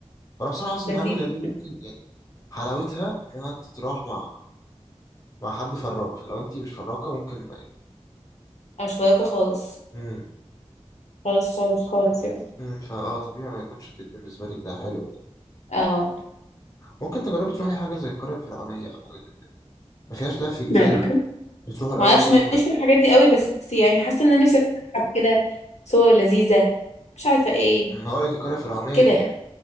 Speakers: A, on the left; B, on the left.
A: وأنا بصراحة حاسس إن
B: لذيذ
A: حاجة زي دي ممكن يعني حلاوتها إنها تتراح مع مع حد فراك فلو أنت مش فراكة ممكن ما
B: أنا مش فارقة خالص
A: مم.
B: خالص خالص خالص يعني
A: امم فاه طبيعي ما يكونش الديت بالنسبه لك ده حلو يعني.
B: اه
A: ممكن تجربي تروحي حاجه زي القريه الفرعونيه او حاجه زي كده ما فيهاش لف كتير
B: لا لا
A: بتروحوا
B: ما
A: الاول
B: اعرفش
A: تاكلوا
B: ماليش
A: في
B: في الحاجات دي قوي بس يعني حاسه ان انا نفسي اروح متحف كده صور لذيذه مش عارفه ايه
A: أمم، هقول لك القريه الفرعونيه
B: كده
A: دي
B: يعني